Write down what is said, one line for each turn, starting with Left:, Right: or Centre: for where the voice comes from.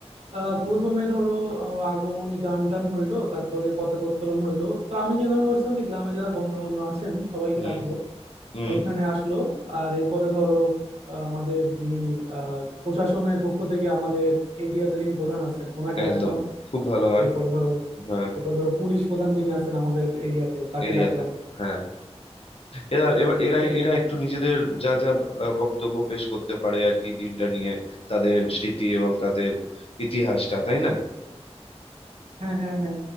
Right: আহ,
Left: হুম
Right: প্রথমে ধরো আহ, আগমনী গান টান হইলো তারপরে পতাকা উত্তোলন হইলো তো আমি চিন্তা ভাবনা করছিলাম যে গ্রামে যারা গণ্যমান্য আছেন সবাইকে
Left: হুম
Right: ডাকবো
Left: হুম,
Right: ওইখানে আসলো আর এরপরে ধরো আহ, আমাদের যিনি আহ, প্রশাসনের পক্ষ থেকে আমাদের এরিয়াতে যিনি প্রধান আছেন ওনাকে
Left: একদম
Right: ডাকলাম
Left: খুব ভালো হয়
Right: এরপরে ধরো
Left: হ্যাঁ
Right: এরপরে ধরো পুলিশ প্রধান যিনি আছেন আমাদের এরিয়াতে তাকে
Left: এরিয়াতে
Right: ডাকলাম
Left: হ্যাঁ এরা এবার এরা
Right: এই-
Left: এরা একটু নিজেদের যা যা আহ, বক্তব্য পেশ করতে পারে আর কি দিনটা নিয়ে তাদের স্মৃতি এবং তাদের ইতিহাসটা তাই না
Right: হ্যাঁ হ্যাঁ হ্যাঁ